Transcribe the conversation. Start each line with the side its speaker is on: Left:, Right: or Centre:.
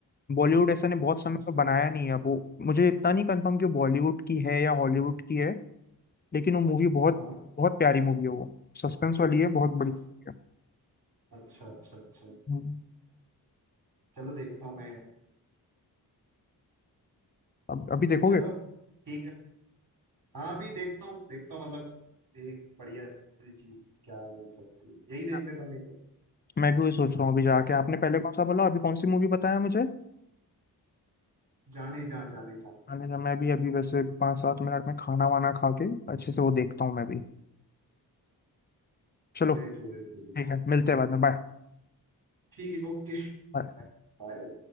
Left: बॉलीवुड ऐसा ने बहुत समय
Right: अच्छा
Left: पर बनाया नहीं है वो मुझे इतना नहीं कंफर्म कि वो बॉलीवुड की है या हॉलीवुड की है लेकिन वो मूवी बहुत
Right: हाँ हाँ
Left: बहुत प्यारी मूवी है वो सस्पेंस वाली है बहुत बड़ी
Right: अच्छा
Left: movie है।
Right: अच्छा अच्छा अच्छा
Left: हम्म,
Right: चलो देखता हूँ मैं
Left: अब अभी देखोगे
Right: चलो ठीक है हाँ भी देखता हूँ देखता हूँ मतलब एक बढ़िया सी चीज क्या बन सकती है यही देख
Left: हाँ।
Right: लेता हूँ नहीं तो
Left: मैं भी वही सोच रहा हूँ अभी जाके आपने पहले कौन सा बोला अभी कौन सी मूवी बताया मुझे
Right: जाने जा जाने जा
Left: मैंने कहा मैं भी अभी वैसे पाँच सात मिनट में खाना वाना खा के अच्छे से वो देखता हूँ मैं भी चलो
Right: देख लो देख लो देख
Left: ठीक
Right: लो।
Left: है मिलते हैं बाद में
Right: ठीक है ओके
Left: बाय
Right: बाय बाय।